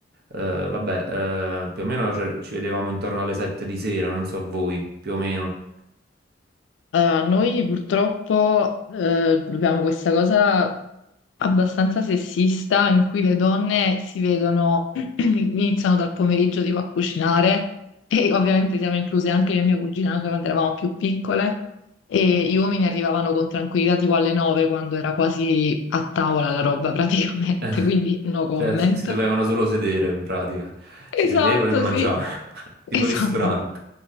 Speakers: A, on the right; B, on the left.
A: Eh, vabbè, eh, più o meno ci ci vedevamo intorno alle 7 di sera, non so voi, più o meno.
B: Allora, noi purtroppo eh, abbiamo questa cosa abbastanza sessista in cui le donne si vedono, <clears throat> iniziano dal pomeriggio tipo a cucinare e ovviamente siamo incluse anche io e mia cugina anche quando eravamo più piccole e gli uomini arrivavano con tranquillità tipo alle nove quando era quasi a tavola la roba praticamente,
A: <laughs>
B: <laughs> quindi no comment.
A: Cioè, s- si dovevano solo sedere in pratica.
B: Esatto,
A: Si sedevano e mangiavano,
B: sì,
A: <laughs>
B: esatto.
A: tipo ristorante.